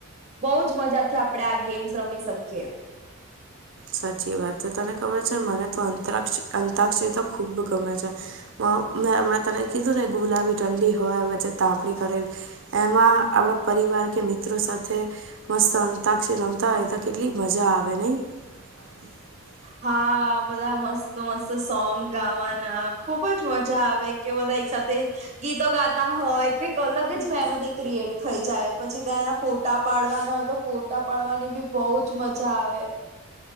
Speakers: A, on the right (about 30°); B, on the right (about 55°).
A: બઉ જ મજા થી આપણે આ ગેમ્સ રમી શકીએ.
B: સાચી વાત તો તને ખબર છે, મને તો અંતરક્ષ અંતરાક્ષરી તો ખૂબ ગમે છે. મેં હમણાં તને કીધું ને, ગુલાબી ઠંડી હોય, વચ્ચે તાપણી કરેલી. એમાં આપણા પરિવાર કે, મિત્રો સાથે મસ્ત અંતાક્ષર રમતા હોય તો, કેટલી મજા આવે નહીં. હ.
A: હા, બધા મસ્ત મસ્ત સોંગ ગાવાના ખુબ જ મજા આવે. કે બધા એક સાથે. ગીતો ગાતા હોય, કઈક અલગ જ મેમરી ક્રિએટ થઈ જાય, પછી તેના ફોટા પાડવાના હોય તો. ફોટા પડવાની બી બહુ જ મજા આવે.